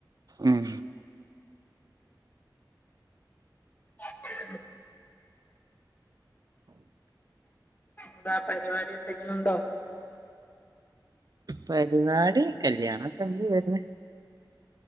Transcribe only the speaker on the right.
ഉം
പരിപാടി കല്യാണൊക്കെ ഉണ്ട് വരുന്